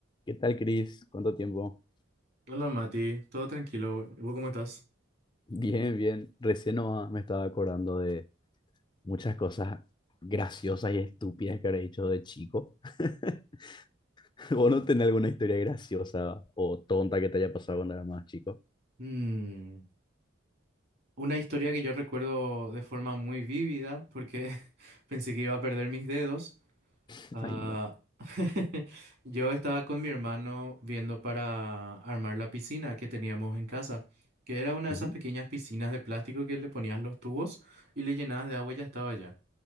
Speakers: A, on the left; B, on the right.
A: ¿Qué tal, Cris? ¿Cuánto tiempo?
B: Hola Mati, todo tranquilo. ¿Y vos cómo estás?
A: Bien, bien. Recién nomás me estaba acordando de muchas cosas graciosas y estúpidas que habré hecho de chico. <laughs> ¿Vos no tenés alguna historia graciosa o tonta que te haya pasado cuando eras más chico?
B: Mm, una historia que yo recuerdo de forma muy vívida porque <laughs> pensé que iba a perder mis dedos.
A: <laughs>
B: Ah,
A: Ay, no.
B: <laughs> yo estaba con mi hermano viendo para armar la piscina que teníamos en casa, que era una de
A: Ujú.
B: esas pequeñas piscinas de plástico que le ponías los tubos y le llenabas de agua y ya estaba ya.